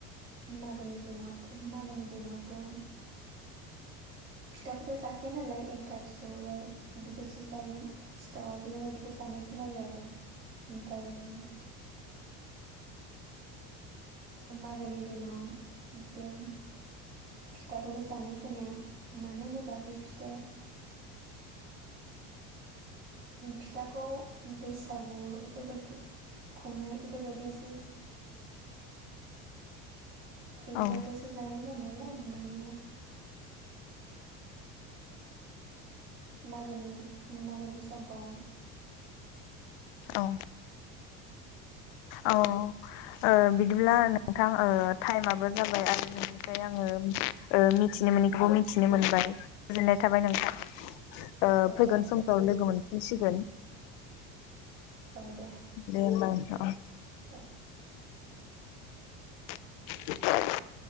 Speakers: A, on the right; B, on the left.
A: मागोनि दिनाव मागोनि दिनावथ' फिथाखौथ' जाखाया नालाय एन्थाब सौराय बिदिखौसो जायो। सिथाव बेफोरबायदिखौ जानाय खोनायो आरो ओमफ्रायो मागोनि दिनाव बें फिथाखौल' जानाय खोनाया मानो होनोबा बे फिथाया फिथाखौ बैसागु एफोरबायदि खुंनाय एफोरबायदियावसो एफोर
B: औ
A: बायदियावसो जानाय जायो नालाय माने मागोनि मागोनि समफ्राव
B: औ औ ओ बिदिब्ला नोंथां ओ टाइमाबो जाबाय आरो नोंनिफ्राय आंङो <unintelligible> ओ मिथिनो मोनैखौबो मिथिनो मोनबाय गोजोननाय थाबाय नोंथां। ओ
A: औ
B: फैगोन
A: जागोन
B: समफ्राव
A: दे
B: लोगो मोनफिनसिगोन।
A: औ दे।
B: दे होमबा नोंथां।
A: औ
B: <unintelligible>